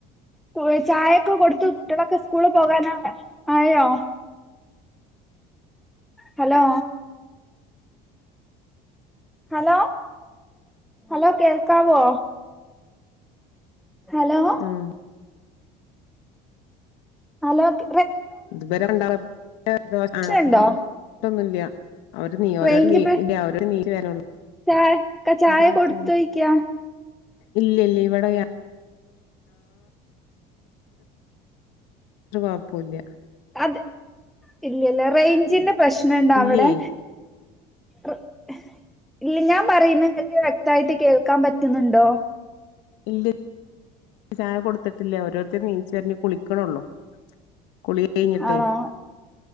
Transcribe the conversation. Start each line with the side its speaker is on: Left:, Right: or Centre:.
Centre: പോ ചായൊക്കെ കൊടുത്തു കുട്ടികളൊക്കെ സ്കൂൾ പോകാനാ ആയോ? ഹലോ ഹലോ ഹലോ കേൾക്കാവോ? ഹലോ
Left: ഉം
Centre: ഹലോക്ക
Left: ഇതുവരെണ്ട <unintelligible>
Centre: പ്രശ്നണ്ടോ
Left: ട്ടൊന്നുംല്ല, അവര് നീ ഓരോ
Centre: റേഞ്ച്
Left: നീ ഇല്ല അവരോ നീ വരള്ളു
Centre: ചായ ചായ
Left: <unintelligible>
Centre: കൊടുത്തോയ്ക്കാ
Left: ഇല്ല ഇല്ല ഇവിടെ <unintelligible> പൊല്ല
Centre: അത് ഇല്ലല്ല റേഞ്ചിന്റെ പ്രശ്നുണ്ടോ
Left: ഇല്ലേ
Centre: അവിടെ ർ <unintelligible> ല്ല ഞാൻ പറയുന്ന നിങ്ങക്ക് വെക്തായിട്ട് കേൾക്കാൻ പറ്റുന്നുണ്ടോ?
Left: ഇല്ല ചായ കൊടുത്തിട്ടില്ല ഓരോരുത്തര നീച്ചരിഞ് കുളിക്കണള്ളു. കുളി കഴഞ്ഞിട്ടേ
Centre: ആണോ